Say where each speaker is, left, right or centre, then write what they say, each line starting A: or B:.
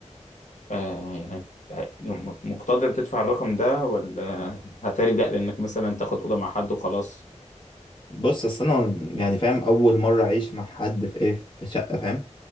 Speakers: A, on the left; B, on the left.
A: آه، هي- هي- يوم- مقتدر تدفع الرقم ده ولا هتلجأ لإنك مثلا تاخد أوضة مع حد وخلاص؟
B: بص أصل أنا يعني فاهم أول مرة أعيش مع حد في إيه في شقة فاهم